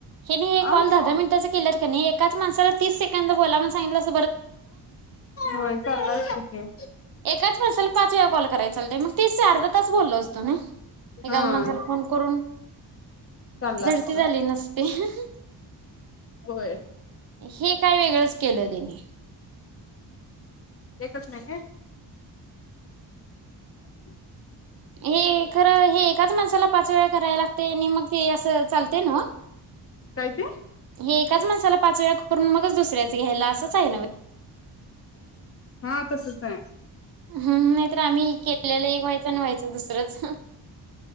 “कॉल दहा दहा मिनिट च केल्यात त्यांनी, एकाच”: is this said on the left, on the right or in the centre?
Right